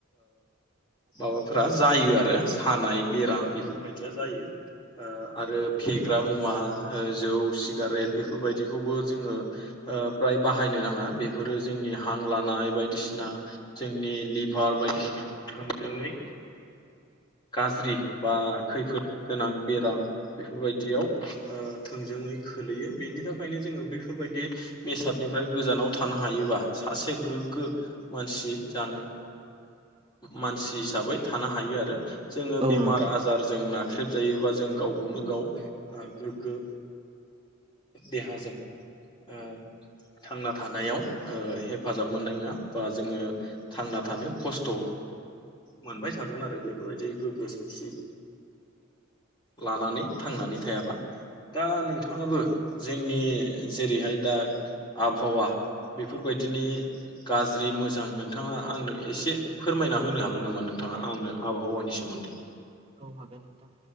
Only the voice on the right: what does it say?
औ
नोंथां
औ हागोन नोंथां।